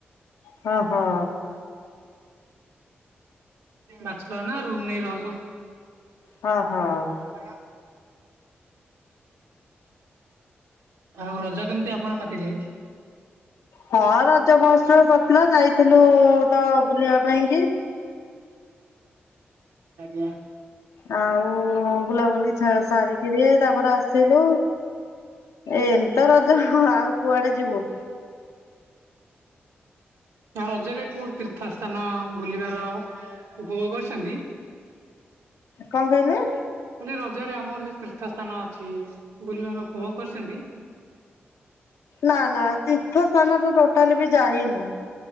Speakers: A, on the left (about 80°); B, on the right (about 85°).
A: ହଁ ହଁ।
B: ମାଷ୍ଟର ନା ରୁମ୍ ନେଇ ରହୁଛୁ।
A: ହଁ ହଁ।
B: <unintelligible> ଆଉ ରଜ କେମିତି ଆପଣ କାଟିଲେ?
A: ହଁ ରଜ ମହୋତ୍ସବ ପଡ଼ିଥିଲା ଯାଇଥିଲୁ ତ ବୁଲିବା ପାଇଁ କି?
B: ଆଜ୍ଞା।
A: ଆଉ ବୁଲାବୁଲି ସା ସାରିକିରି ତାପରେ ଆସିଲୁ ଏମିତ ରଜ ହଁ ଆଉ କୁଆଡ଼େ ଯିବୁ?
B: ଆଉ ରଜରେ କୋଉଠି ତୀର୍ଥ ସ୍ଥାନ ବୁଲିବାର ଉପଭୋଗ କରିଛନ୍ତି?
A: କଣ କହିଲେ?
B: କହଲି ରଜରେ ଆମର ଯୋଉ ତୀର୍ଥ ସ୍ଥାନ ଅଛି ବୁଲିବାର ଉପଭୋଗ କରିଚନ୍ତି।
A: ନା ନା ତୀର୍ଥ ସ୍ଥାନ ତ ଟୋଟାଲି ବି ଯାଇନୁଁ।